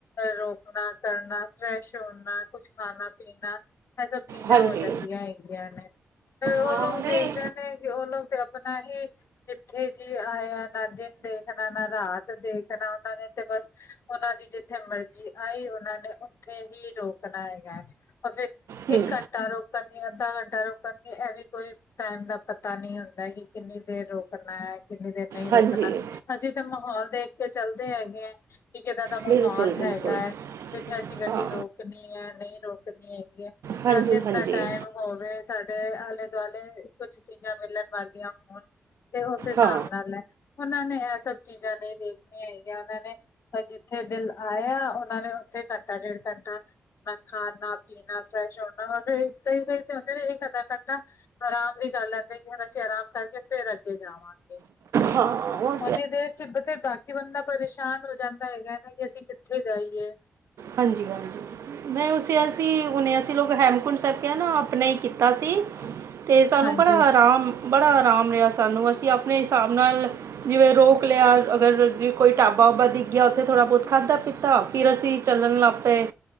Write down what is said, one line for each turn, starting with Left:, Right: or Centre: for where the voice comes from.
Left: ਰੋਕਣਾ ਕਰਨਾ ਫਰੈਸ਼ ਹੋਨਾ ਕੁਛ ਖਾਣਾ ਪੀਣਾ ਇਹ ਸਭ ਚੀਜ਼ਾਂ
Right: ਹਾਂਜੀ
Left: ਹੋ ਜਾਂਦੀਆਂ ਹੈਗੀਆਂ ਨੇ ਫਿਰ ਉਹ
Right: ਹਾਂ
Left: ਲੋਕ
Right: ਨਹੀਂ
Left: ਦੇਖਦੇ ਨੇ ਕਿ ਉਹ ਲੋਕ ਆਪਣਾ ਹੀ ਜਿੱਥੇ ਜੀ ਆਏ ਆ ਨਾ ਦਿਨ ਦੇਖਣਾ ਨਾ ਰਾਤ ਦੇਖਣਾ ਉਹਨਾਂ ਨੇ ਤੇ ਬਸ ਉਹਨਾਂ ਦੀ ਜਿੱਥੇ ਮਰਜ਼ੀ ਆਈ ਉਹਨਾਂ ਨੇ ਉੱਥੇ ਹੀ ਰੋਕਣਾ ਹੈਗਾ ਫਿਰ
Right: ਹੂੰ
Left: ਇੱਕ ਘੰਟਾ ਰੋਕਣਗੇ ਅੱਧਾ ਘੰਟਾ ਰੋਕਣਗੇ ਐਵੇਂ ਕੋਈ ਟਾਈਮ ਦਾ ਪਤਾ ਨਹੀਂ ਹੁੰਦਾ ਕਿ ਕਿੰਨੀ ਦੇਰ ਰੋਕਣਾ ਹੈ ਕਿੰਨੀ ਦੇਰ ਨਹੀਂ
Right: ਹਾਂਜੀ
Left: ਰੋਕਣਾ ਅਸੀਂ ਤਾਂ ਮਾਹੌਲ ਦੇਖ ਕੇ ਚੱਲਦੇ ਹੈਗੇ ਹੈ। ਇੱਕ ਇੱਦਾਂ ਦਾ
Right: ਬਿਲਕੁਲ
Left: ਮਾਹੌਲ
Right: ਬਿਲਕੁਲ
Left: ਹੈਗਾ ਹੈ ਜਿੱਥੇ ਅਸੀਂ ਗੱਡੀ
Right: ਹਾਂ
Left: ਰੋਕਣੀ ਹੈ ਨਹੀਂ ਰੋਕਣੀ ਹੈਗੀ ਹੈ।
Right: ਹਾਂਜੀ
Left: ਦਿਨ
Right: ਹਾਂਜੀ
Left: ਦਾ ਟਾਈਮ ਹੋਵੇ ਸਾਡੇ ਆਲੇ ਦੁਆਲੇ ਕੁਛ ਚੀਜ਼ਾਂ ਮਿਲਣ ਵਾਲੀਆਂ ਹੋਣ ਤੇ ਉਸ ਹਿਸਾਬ
Right: ਹਾਂ
Left: ਨਾਲ ਹੈ ਉਹਨਾਂ ਨੇ ਇਹ ਸਭ ਚੀਜ਼ਾਂ ਨਹੀਂ ਦੇਖਣੀਆਂ ਹੈਗੀਆਂ ਉਹਨਾਂ ਨੇ ਜਿੱਥੇ ਦਿਲ ਆਇਆ ਉਹਨਾਂ ਨੇ ਉੱਥੇ ਘੰਟਾ ਡੇਢ ਘੰਟਾ ਨਾ ਖਾਨਾ ਪੀਣਾ ਫਰੈਸ਼ ਹੋਣਾ ਕਈ ਕਈ ਤੇ ਹੁੰਦੇ ਨਾ ਇੱਕ ਅੱਧਾ ਘੰਟਾ ਆਰਾਮ ਵੀ ਕਰ ਲੈਂਦੇ ਕਿ ਹਨ ਅਸੀਂ ਆਰਾਮ ਕਰਕੇ ਫਿਰ ਅੱਗੇ ਜਾਵਾਂਗੇ।
Right: ਹਾਂ ਉਹ
Left: ਓਣੀ ਦੇਰ ਚ ਉਥੇ ਬਸ ਕਿ ਬੰਦਾ ਪਰੇਸ਼ਾਨ ਹੋ ਜਾਂਦਾ ਹੈਗਾ, ਨਾ ਕਿ ਅਸੀਂ ਕਿੱਥੇ ਜਾਈਏਂ।
Right: ਹਾਂਜੀ-ਹਾਂਜੀ, ਨਹੀਂ ਔ ਅਸੀਂ ਹੁਨ ਅਸੀਂ ਲੋਕ ਹੈਮਕੁੰਡ ਸਾਹਿਬ ਕਿਹਾ ਨਾ ਆਪਣੇ ਹੀ ਕੀਤਾ ਸੀ ਤੇ ਸਾਨੂੰ
Left: ਹਾਂਜੀ
Right: ਬੜਾ ਆਰਾਮ, ਬੜਾ ਆਰਾਮ ਰਿਹਾ ਸਾਨੂੰ ਅਸੀਂ ਆਪਣੇ ਹਿਸਾਬ ਨਾਲ ਜਿਵੇਂ ਰੋਕ ਲਿਆ, ਅਗਰ ਕੋਈ ਢਾਬਾ ਉਬਾ ਦਿਖ ਗਿਆ ਉੱਥੇ ਥੋੜਾ ਬਹੁਤ ਖਾਧਾ ਪੀਤਾ, ਫਿਰ ਅਸੀਂ ਚੱਲਣ ਲੱਗ ਪਏ।